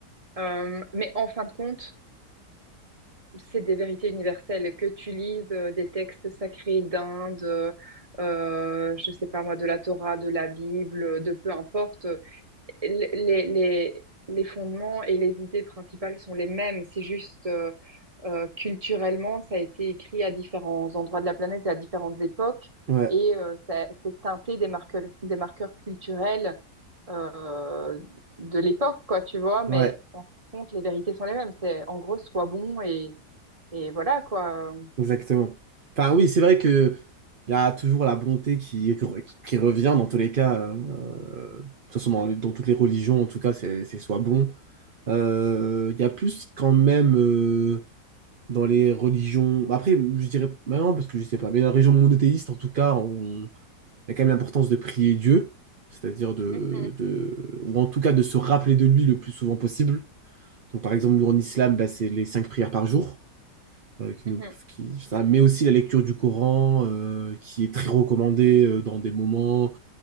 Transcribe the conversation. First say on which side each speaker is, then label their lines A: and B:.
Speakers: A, on the right (about 20°); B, on the right (about 45°).
A: Euh, mais en fin de compte, c'est des vérités universelles. Que tu lises euh, des textes sacrés d'Inde, euh, euh, je sais pas moi, de la Torah, de la Bible, de peu importe, les, les, les les fondements et les idées principales sont les mêmes. C'est juste, euh, Euh, culturellement, ça a été écrit à différents endroits de la planète et à différentes époques,
B: ouais,
A: et euh, ça c'est teinté des marqueurs, des marqueurs culturels euh, de l'époque, quoi, tu vois. Mais
B: ouais,
A: en fin de compte, les vérités sont les mêmes. C'est en gros, sois bon et, et voilà, quoi.
B: exactement. Enfin, oui, c'est vrai que
A: Et-
B: il y a toujours la bonté qui, qui revient dans tous les cas, euh, de toute façon, dans, dans toutes les religions, en tout cas, c'est c'est soit bon. Euh, Il y a plus quand même euh, dans les religions. Après, je dirais maintenant parce que je sais pas, mais la religion monothéiste, en tout cas, on il y a quand même l'importance de prier Dieu, c'est-à-dire de,
A: Mhm,
B: de, ou en tout cas de se rappeler de lui le plus souvent possible. Donc par exemple,
A: mhm,
B: nous en islam, bah, c'est les cinq prières par jour, euh, qui
A: mhm.
B: nous- qui- ça, mais aussi la lecture du Coran, euh, qui est très recommandée euh, dans des moments